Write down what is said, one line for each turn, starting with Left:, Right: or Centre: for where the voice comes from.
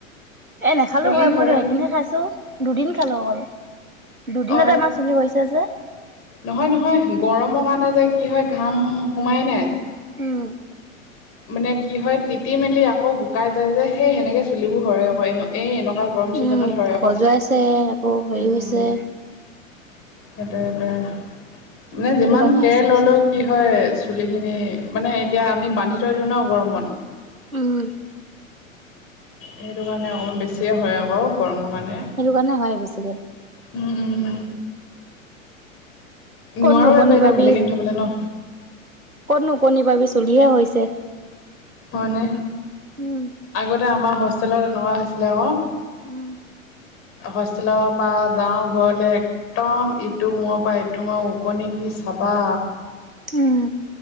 Right: এ নাখালো
Left: চুলি
Right: হয় মইটো
Left: সৰে নহয়
Right: এদিনহে খাইছো দুদিন খালো অকল। দুদিনতে
Left: অ
Right: ইমান চুলি শৰিছে যে?
Left: নহয় নহয় গৰমৰ কাৰণে যে কি হয় ঘাম সোমাই নাই
Right: উম।
Left: মানে কি হয় তিতি মেলি আকৌ শুকাই যায় যে সেই সেনেকে চুলিবোৰ শৰে আকৌ এনে এই এনেকুৱা গৰম ছিজনত
Right: উম
Left: সৰে আকৌ
Right: খজুৱাইছে আকৌ শৰি
Left: উম
Right: গৈছে।
Left: সেইটোৱে সেইটোৱে মানে
Right: সেইটো
Left: যিমান
Right: কাৰণে
Left: কেয়াৰ
Right: হৈছে
Left: ল'লেও কি হয় চুলিখিনি মানে এতিয়া আমি বান্ধি থৈ দিওঁ ন গৰমত
Right: উম।
Left: সেইটো কাৰণে অকণমান বেছিয়ে শৰে আকৌ গৰমৰ কাৰণে।
Right: সেইটো কাৰণে হয় বেছিকে
Left: উম উম।
Right: ক'তনো
Left: নোৱাৰোয়ে
Right: ওকণি
Left: যে এতিয়া
Right: পাবি
Left: মেলেগিন থবলে ন।
Right: ক'তনো ওকনি পাবি চুলিহে শৰিছে।
Left: হয়নে
Right: উম
Left: আগতে আমাৰ হোষ্টেলত এনেকুৱা হৈছিলে আক।
Right: উম।
Left: হোষ্টেলৰ পা যাওঁ ঘৰলে একদম ইটো মূৰৰ পৰা ইটো মূৰৰ ওকনি কি চাবা।
Right: উম।